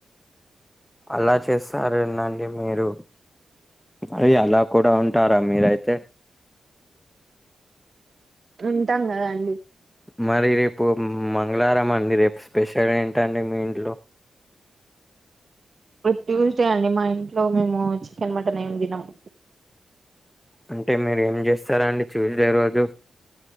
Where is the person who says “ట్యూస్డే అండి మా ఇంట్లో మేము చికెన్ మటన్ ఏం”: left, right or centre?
Right